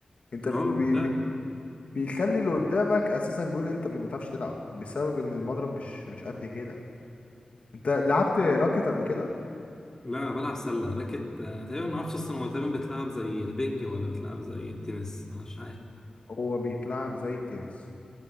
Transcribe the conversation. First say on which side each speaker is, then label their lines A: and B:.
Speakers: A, on the left; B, on the left.
A: انت
B: اه
A: ب...
B: فعلا
A: ب... بيخلي اللي قدامك اساسا بيقول إيه، انت ما بتعرفش تلعب بسبب ان المضرب مش مش قد كده انت لعبت راكت قبل كده
B: لا انا بلعب سله راكت آه، تقريبا ما اعرفش اصلا هو تقريبا بتلعب زي البنج ولا بتلعب زي التنس أنا مش عارف
A: هو بيتلعب زي التنس